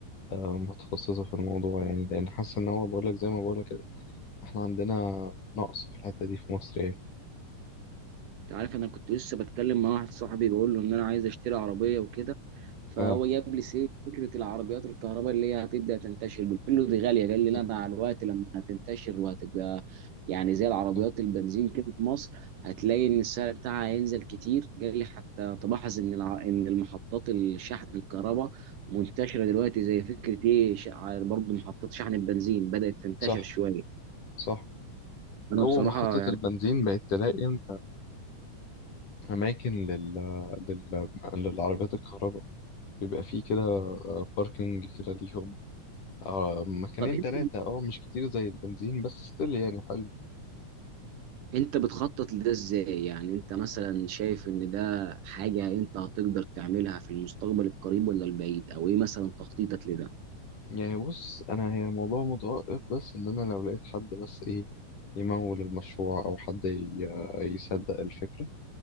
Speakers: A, on the left; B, on the right.
A: متخصصة في الموضوع يعني لأن حاسة إن هو بقولك زي ما بقولك كده إحنا عندنا نقص في الحتة دي في مصر يعني
B: انت عارف انا كنت لسه بتكلم مع واحد صاحبي بقول له ان انا عايز اشتري عربيه وكده فهو
A: آه
B: جاب لي سيره فكره العربيات الكهرباء اللي هي هتبدا تنتشر قلت له دي غاليه قال لي
A: صح
B: لا مع الوقت لما هتنتشر وهتبقى يعني زي العربيات
A: صح
B: البنزين كده في مصر هتلاقي ان السعر بتاعها هينزل كتير قال لي حتى تلاحظ ان الع... ان المحطات الشحن الكهرباء منتشره دلوقتي زي فكره ايه ش... برضه محطات شحن البنزين بدات تنتشر
A: صح
B: شويه
A: صح جوه
B: انا بصراحه
A: محطة
B: يعني
A: البنزين بقت تلاقي أنت أماكن لل... لل... للعربيات الكهرباء بيبقى فيه كده آه، باركينج كده ليهم آه مكانين
B: طب انت
A: تلاتة أه مش كتير زي البنزين بس ستيل يعني حلو
B: انت بتخطط لده ازاي يعني انت مثلا شايف ان ده حاجة انت هتقدر تعملها في المستقبل القريب ولا البعيد او ايه مثلا تخطيطك لده
A: يعني بص انا هي الموضوع متوقف بس ان انا لو لقيت حد بس ايه يمول المشروع او حد ي- يصدق الفكرة